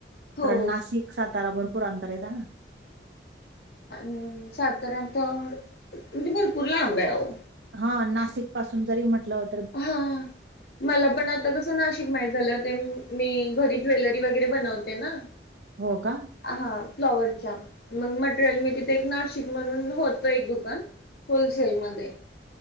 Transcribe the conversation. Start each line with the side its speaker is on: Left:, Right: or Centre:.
Left: हो
Right: कारण नाशिक सातारा भरपूर अंतर येत ना.
Left: आणि सातारत म्हणजे भरपूर लांब आहेह.
Right: हा नाशिक पासून जरी म्हटलं होत.
Left: हा मला पण आ आता कसं नाशिक माहत झालं ते मी घरी ज्वेलरी वगैरे बनवते ना.
Right: हो का.
Left: हा फ्लॉवरच्या मग मटेरियल मी तिथे एक नाशिक म्हणून होतो एक दुकान. होलसेलमध्येध्ये.